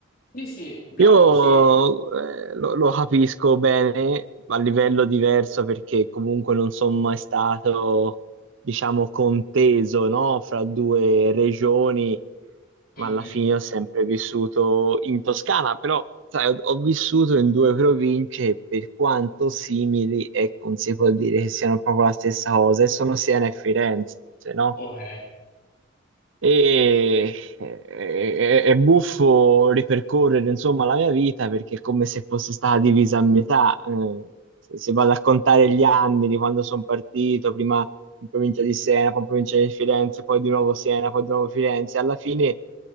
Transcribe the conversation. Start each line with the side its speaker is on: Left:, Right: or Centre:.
Left: Sì, sì, bravo,
Right: Io
Left: sì.
Right: eh, lo, lo capisco bene a livello diverso perché comunque non sono mai stato, diciamo, conteso, no? Fra due regioni ma
Left: Mhm,
Right: alla fine ho sempre vissuto in Toscana, però sai, ho, ho vissuto in due province e per quanto simili, ecco, non si può dire che siano proprio la stessa cosa, e sono Siena e Firenze, no?
Left: Ok,
Right: E e- e- è buffo ripercorrere insomma la mia vita perché è come se fosse stata divisa a metà. eh, se se vado a contare gli anni di quando sono partito, prima in provincia di Siena, poi in provincia di Firenze, poi di nuovo Siena, poi di nuovo Firenze, alla fine